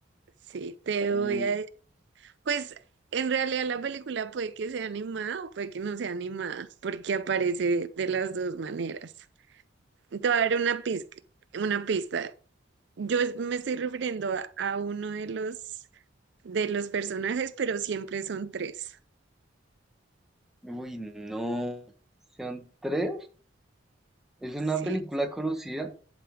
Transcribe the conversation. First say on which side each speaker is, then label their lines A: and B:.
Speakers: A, on the right; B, in the centre.
A: Sí, te
B: eh,
A: voy a... Pues en realidad la película puede que sea animada o puede que no sea animada, porque aparece de las dos maneras. Te voy a dar una pista, una pista. Yo es- me estoy refiriendo a, a uno de los, de los personajes, pero siempre son tres.
B: Uy, no. ¿Son tres? ¿Es una
A: Sí,
B: película conocida?